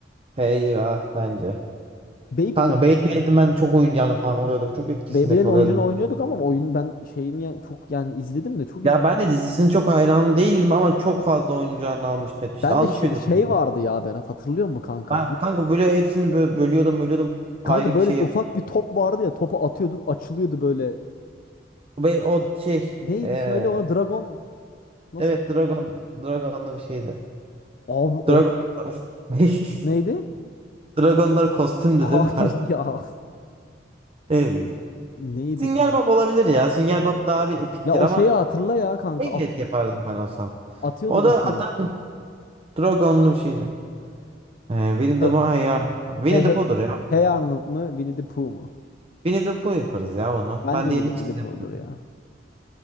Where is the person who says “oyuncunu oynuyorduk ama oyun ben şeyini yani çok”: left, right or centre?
Left